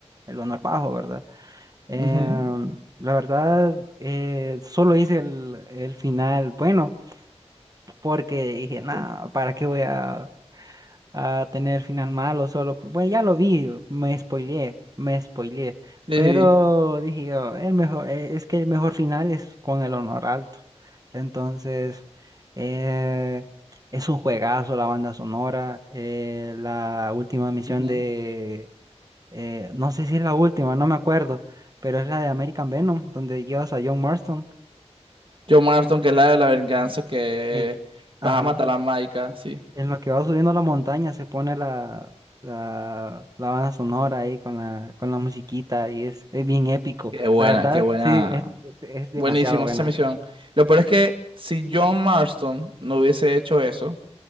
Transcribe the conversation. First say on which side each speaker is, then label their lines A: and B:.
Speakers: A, on the right (about 35°); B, on the right (about 50°).
A: el honor bajo, ¿verdad? Em,
B: Ujú.
A: la verdad, eh, solo hice el, el final bueno porque dije,
B: Ok.
A: nada, ¿para qué voy a a tener final malo solo. Bueno, ya lo vi, me spoileé, me spoileé.
B: Sí,
A: Pero
B: sí.
A: dije yo, el mejor, eh, es que el mejor final es con el honor alto. Entonces, eh, es un juegazo la banda sonora. eh, la última misión
B: Ujú.
A: de, eh, no sé si es la última, no me acuerdo, pero es la de American Venom, donde llevas a John Marston.
B: Joe Marston, que es la de la venganza,
A: Ah,
B: que
A: eh,
B: vas
A: ajá.
B: a matar a Maika, sí.
A: En lo que va subiendo la montaña se pone la, la, la banda sonora ahí con la, con la musiquita y es, es bien épico.
B: Qué buena,
A: La verdad,
B: qué buena.
A: sí, es, es demasiado
B: Buenísimo
A: buena.
B: esa misión. Lo peor es que si John Marston no hubiese hecho eso,